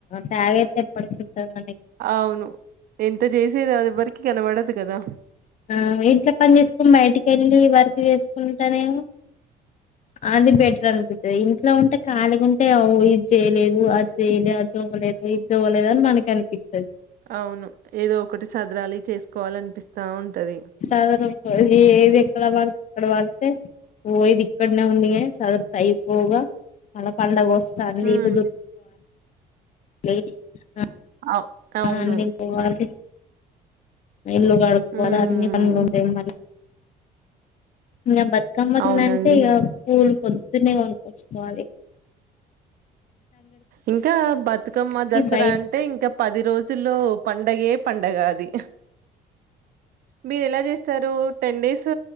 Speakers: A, on the left; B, on the right.
A: తేగైతే ఎప్పటికి ఉంటదో నీకు
B: అవును ఎంత చేసేది అది బరి కనబడదు కదా
A: ఆ ఏం చెప్పని చేసుకో బయటకిళ్ళి వర్క్ చేసుకుంటానేమో అది బెటర్ అనిపిస్తుది ఇంట్లో ఉంటే ఖాళీగా ఉంటే ఇది చేయలేదు అది చేయలేదు అదివ్వలేదు ఇదివ్వలేదు అని మనకు అనిపిస్తది
B: అవును ఏదో ఒకటి సదరాలి చేసుకోవాలనిపిస్తా ఉంటది.
A: సాధారణ ఎది ఎక్క ఇక్కడ పడితే ఓ ఇది ఇక్కడనే ఉంది గా సదురుతే అయిపోగా మల్ల పండగ వస్ సర్లే
B: హ్మ్
A: ఇక <inaudible> <inaudible>
B: ఔ అవును
A: ఆ అన్ని పోవాలి, ఇల్లు కడుక్కోవాలి
B: హ్మ్
A: అన్నీ పనులు ఉంటాయి మళ్ళీ ఇంగ బతుకమ్మ
B: అవునండి
A: <inaudible> అంటే ఇగ పూలు పొద్ దున్నే గొనుక్కొచ్చుకోవాలి
B: ఇంక బతుకమ్మ దసరా
A: బయట
B: అంటే ఇంక పది రోజుల్లో పండగే పండగ అది మీరు ఎలా చేస్తారు టెన్ డేస్